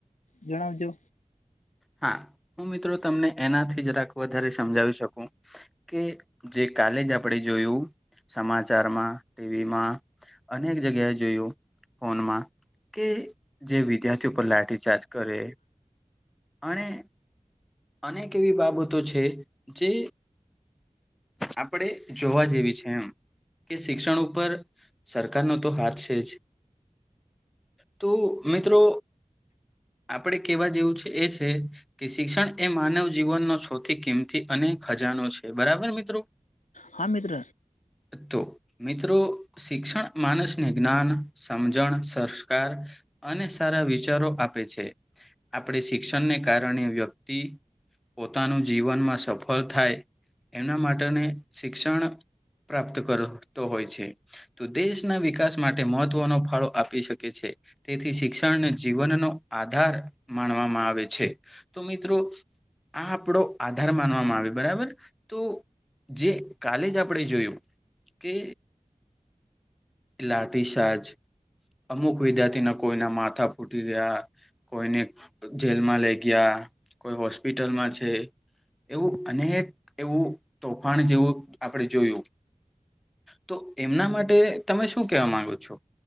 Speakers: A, on the left (about 75°); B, in the centre.
A: જણાવજો.
B: હા હું મિત્રો તમને એનાથી જરાક વધારે સમજાવી શકું. કે જે કાલે જ આપણે જોયું સમાચારમાં ટીવીમાં... અનેક જગ્યાએ જોયું ફોનમાં કે... જે વિદ્યાર્થી પર લાથી ચાર્જ કરે... અને અનેક એવી બાબતો છે, જે... આપડે જોવા જેવી છે, એમ. કે શિક્ષણ ઉપર સરકારનો તો હાથ છે, જ તો મિત્રો આપણે કેવા જેવું છે એ છે. કે શિક્ષણ એ માનવ જીવનનો સૌથી કિંમતી અને ખજાનો છે બરાબર મિત્રો.
A: હા મિત્ર
B: તો મિત્રો શિક્ષણ માણસને જ્ઞાન, સમજણ, સંસ્કાર. અને સારા વિચારો આપે છે. આપણે શિક્ષણને કારણે વ્યક્તિ પોતાનું જીવનમાં સફળ થાય એમના માટેની શિક્ષણ પ્રાપ્ત કરતો હોય છે. તો દેશના વિકાસ માટે મહત્વનો ફાળો આપી શકે છે. તેથી શિક્ષણને જીવનનો આધાર માનવામાં આવે છે તો મિત્રો આ આપણો આધાર માનવામાં આવે બરાબર તો જે કાલે જ આપણે જોયું કે લાઠીચાર્જ અમુક વિદ્યાર્થીના કોઈના માથા ફૂટી ગયા કોઈને જેલમાં લઈ ગયા કોઈ હોસ્પિટલમાં છે. એવું અનેક એવું તોફાન જેવું આપણે જોયું તો એમના માટે તમે શું કેવા માંગો છો?